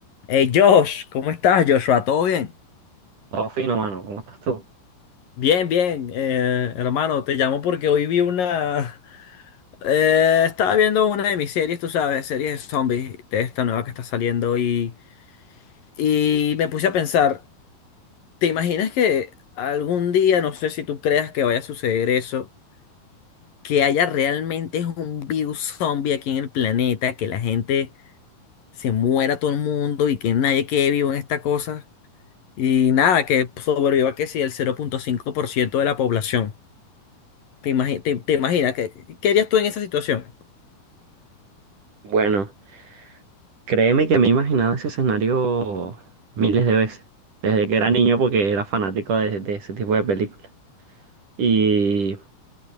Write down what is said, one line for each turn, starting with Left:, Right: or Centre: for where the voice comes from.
Left: Hey Josh, ¿cómo estás, Joshua? ¿Todo bien?
Right: Todo fino, mano. ¿Cómo estás tú?
Left: Bien, bien, eh, hermano, te llamo porque hoy vi una... eh, estaba viendo una de mis series, tú sabes, series de zombies, de esta nueva que está saliendo y, y me puse a pensar, ¿te imaginas que algún día, no sé si tú creas que vaya a suceder eso, que haya realmente un virus zombie aquí en el planeta, que la gente se muera todo el mundo y que nadie quede vivo en esta cosa? Y nada, que sobreviva que si el cero punto cinco por ciento de la población. ¿Te imagi- te, te imaginas? ¿Qué, qué harías tú en esa situación?
Right: Bueno, créeme que me he imaginado ese escenario miles de veces, desde que era niño porque era fanático de, de ese tipo de películas. Y